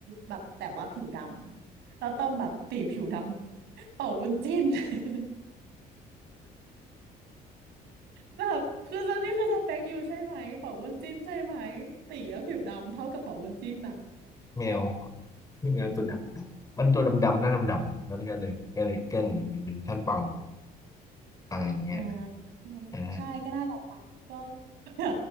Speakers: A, on the right (about 85°); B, on the left (about 20°).
A: แบบแต่ว่าผิวดำแล้วต้องแบบตีผิวดำเป่าวุ้นจิ้น <laughs> แบบคือตอนนี้คือสเปคอยู่ใช่ไหมเป่าวุ้นจิ้นใช่ไหมตีแล้วผิวดำเท่ากับเป่าวุ้นจิ้นนะ
B: แมวแมวตัวดำมันตัวดำๆหน้าดำๆแล้วก็เลยก็เลยก็เลยเป็นท่านเป่าอะไรอย่างเงี้ย
A: อ่า
B: นะฮะ
A: ใช่ก็น่าแหละค่ะก็ <laughs> เผื่อ